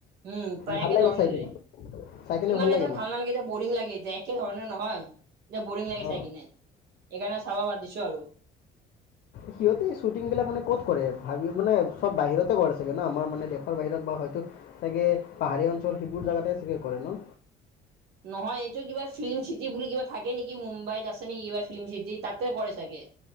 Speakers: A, on the right (about 75°); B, on the left (about 65°).
A: উম, প্ৰায়
B: ভাল
A: একে
B: লাগে
A: ধৰণৰে।
B: চাই কিনে চাই কিনে
A: ইমান এতিয়া
B: লাগে নেকি
A: ভাল নালাগে এতিয়া বৰিং লাগে এতিয়া একে ধৰণে নহয় এতিয়া বৰিং লাগে
B: অঁ
A: চাই কিনে। এইকাৰণে চাব বাদ দিছো আৰু।
B: সিহঁতে এই শ্বুটিং বিলাক মানে ক'ত কৰে ভাবি মানে চব বাহিৰতে কৰে চাগে ন' আমাৰ মানে দেশৰ বাহিৰত বা হয় তু চাগে পাহাৰীয়া অঞ্চল সেইবোৰ জাগাতে চাগে কৰে ন?
A: <inaudible> নহয় এইটো কিবা ফিল্ম চিটি বুলি কিবা থাকে নেকি মুম্বাইত আছে নেকি কিবা ফিল্ম চিটি তাতে কৰে চাগে।